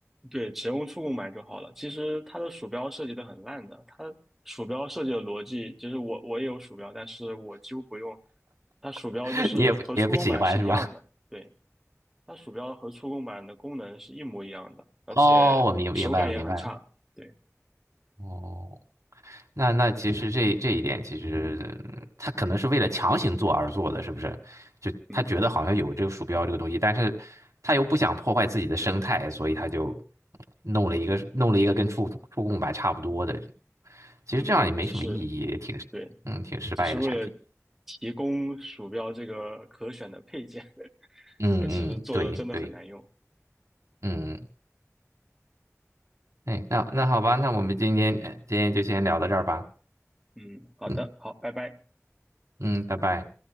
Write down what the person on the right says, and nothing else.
<laughs> 你也不也不喜欢是吧？
<laughs> 哦，我明明白了，明白了。
哦，那那其实这这一点，其实嗯他可能是为了强行做而做的，是不是？就他觉得好像有这个鼠标这个东西，
但是他又不想破坏自己的生态，所以他就弄了一个弄了一个跟触触控板差不多的。其实这样也没什么意义，
也挺嗯挺失败的产品。
嗯嗯，
对对。嗯哎，那那好吧，那我们今天呃今天就先聊到这儿吧。
嗯
嗯，拜拜。